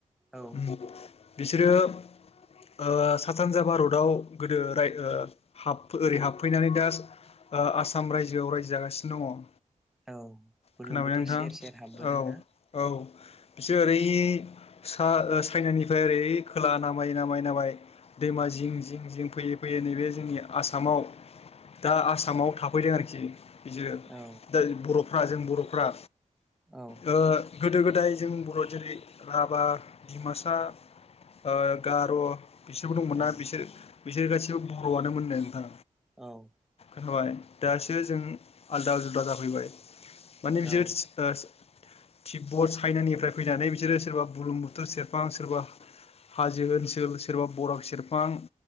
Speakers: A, in the centre; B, on the left.
A: औ
B: उम। बिसोरो ओ साहा सानजा भारताव गोदो राय ओ हाब ओरै हाब फैनानै दास ओ आसाम रायजोआव रायजो जागासिनो दङ।
A: औ बुरलुंबुथोर
B: खोनाबायना नोंथां
A: सेर सेर हाबबोदोंना?
B: औ औ। बिसोर ओरै सा ओ चाइनानिफ्राय ओरै खोलाहा नामायै नामायै नामाय दैमा जिं जिं जिं फैयै फैयै नैबे जोंनि आसामाव दा आसामाव थाफैदों आरोखि। बिदिनो
A: औ
B: दा बर'फ्रा जों बर'फ्रा
A: औ
B: ओ गोदो गोदाय जों बर' जेरै राभा डिमासा ओ गार' बिसोरबो दंमोन ना
A: औ
B: बिसोर बिसोर गासिबो बर'आनो मोननो नोंथां।
A: औ।
B: खोनाबाय दासो जों आलदा जुदा जाफैबाय माने बिसोर
A: औ
B: सि ओ तिब्बत चाइनानिफ्राय फैनानै बिसोरो सोरबा बुरलुंबुथुर सेरफां सोरबा हाजो ओनसोल सोरबा बराक सेरफां